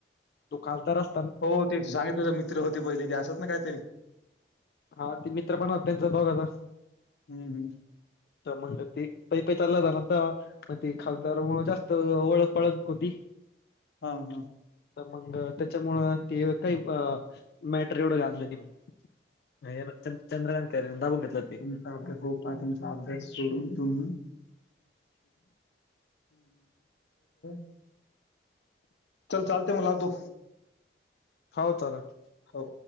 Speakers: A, on the left; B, on the left.
A: तू खासदार असत.
B: हो तेच सांगित तुझ मित्र होते पहिले ते असत ना काही तरी
A: हा ते मित्र पण हो त्यांचा दोघंचा
B: हम्म हम्म.
A: तर मंग ती प प चालला जा नाता मग ते खासदार मु जास्त ओळख पळख होती.
B: हा हा.
A: तर मग त्याच्यामुळं ते काही अ मॅटर एवढं गाजले मग नाही चंद्रकांत. खैरेने दाबून घेतलं ते.
B: तुमचा हो का आहे तुमचा अभ्यास सोडून तुम्ही <unintelligible> चल चालते मग लावतो.
A: हाऊ चाललं.
B: हो.